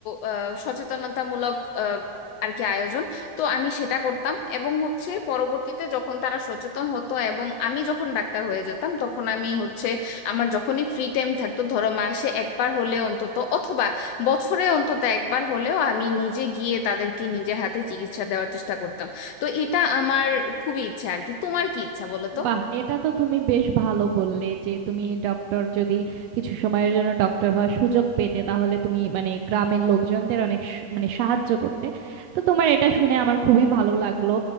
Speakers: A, on the left; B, on the right.
A: আহ, সচেতনতামূলক আহ, আর কি আয়োজন তো আমি সেটা করতাম এবং হচ্ছে পরবর্তীতে যখন তারা সচেতন হতো এবং আমি যখন ডাক্তার হয়ে যেতাম তখন আমি হচ্ছে আমার যখনই ফ্রি টাইম থাকতো ধরো মাসে একবার হলে অন্তত অথবা বছরে অন্তত একবার হলেও আমি নিজে গিয়ে তাদেরকে নিজে হাতে চিকিৎসা দেওয়ার চেষ্টা করতাম তো এটা আমার খুবই ইচ্ছা আর কি তোমার কি ইচ্ছা বলো তো
B: বাহ এটা তো তুমি বেশ ভালো বললে যে তুমি ডক্টর যদি কিছু সময়ের জন্য ডক্টর হওয়ার সুযোগ পেতে তাহলে তুমি মানে গ্রামের লোকজনদের অনেক স- মানে সাহায্য করতে তো তোমার এটা শুনে আমার খুবই ভালো লাগলো